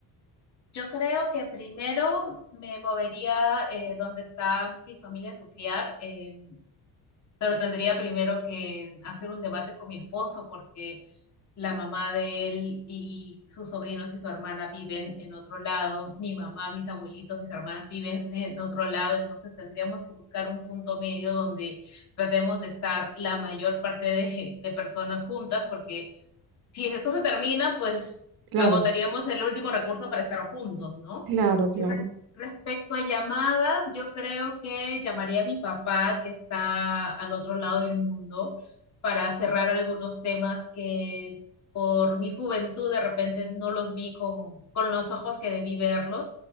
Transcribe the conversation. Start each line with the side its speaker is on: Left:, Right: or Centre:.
Left: Yo creo que primero me movería eh, donde está mi familia nuclear, eh, pero tendría primero que hacer un debate con mi esposo porque la mamá de él y sus sobrinos y su hermana viven en otro lado, mi mamá, mis abuelitos, mis hermanas viven <laughs> en otro lado, entonces tendríamos que buscar un punto medio donde tratemos de estar la mayor parte de, de personas juntas, porque si esto se termina, pues
Right: Claro,
Left: agotaríamos el último recurso para estar juntos, ¿no?
Right: claro, claro,
Left: Y re- respecto a llamadas, yo creo que llamaría a mi papá, que está al otro lado del mundo, para cerrar algunos temas que por mi juventud de repente no los vi con, con los ojos que debí verlos.